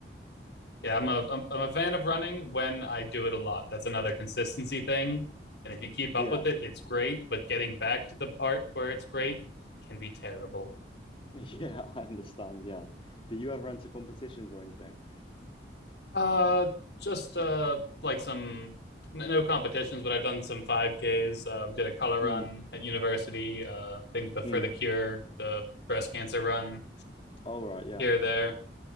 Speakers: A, on the left (about 70°); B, on the left (about 30°).
A: yeah, I'm a I'm, I'm a fan of running when I do it a lot. That's another consistency thing. And if you keep
B: Yeah.
A: up with it,
B: <laughs>
A: it's great. But getting back to the part where it's great can be terrible.
B: Yeah. I understand. Yeah. Did you ever enter competitions or anything?
A: Uh, just uh, like some n- no competitions, but I've done some 5Ks. Uh, we did a color run
B: Mm.
A: at university. Uh, I think the For
B: Mm.
A: the Cure, the breast cancer run
B: All right. Yeah.
A: here there.